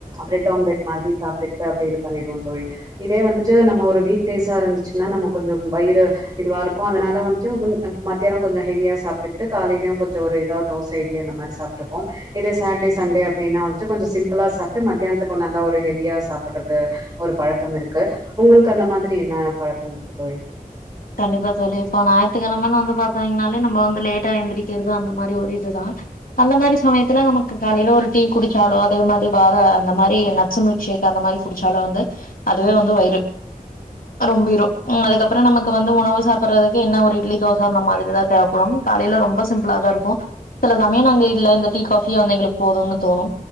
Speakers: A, on the right; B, on the left.
A: பிரெட் ஆம்லெட் மாதிரி சாப்ட்டுட்டு அப்டி இது பண்ணிடுவோ தோழி இதே வந்துட்டு நம்ம ஒரு வீக் டேஸ் இருந்துச்சுன்னா நம்ம கொஞ்ச வயிறு இதுவாருக்கு அதனால வந்துட்டு மத்தியான கொஞ்ச ஹெவியா சாப்பிட்டுட்டு காலைலயு கொஞ்ச ஒரு எதா தோச இட்லி அந்த மாரி சாப்ட்டுப்போ இதே சாட்டே சண்டே அப்படினா வந்துட்டு கொஞ்ச சிம்பிளா சாப்புட்டு மத்தியானத்துக்கு நல்ல ஒருஹெவியா சாப் படுறது ஒரு பழக்கம் இருக்கு உங்களுக்கு அந்த மாதிரி என்ன பழக்கம் இருக்கு தோழி
B: கண்டிப்பா தோழி இப்போ ஞாயித்துக்கெழமனு வந்து பாத்தீங்கன்னாலே நம்ம வந்து லேட்டா எழுந்திரிக்கிறது அந்த மாரி ஒரு இதுதா அந்த மாரி சமயத்துல நமக்கு காலையில ஒரு டீ குடிச்சாலோ அதே மாரி பாத அந்த மாரி ந ஸு மில்க் ஷேக் அந்த மாரி குடிச்சாலு வந்து அதுவே வந்து வயிறு ரொம்பிரு அதுக்கப்புறோ நமக் க்கு வந்து உணவு சாப்பிடறதுக்கு என்ன ஒரு இட்லி தோச அந்த மாதிரிதா தேவப்படும் காலையில ரொம்ப சிம்பிளா தா இருக்கு சில சமய நாங்க இல்ல இந்த டீ காஃபியா இருந்தா எங்களுக்கு போதுன்னு தோணு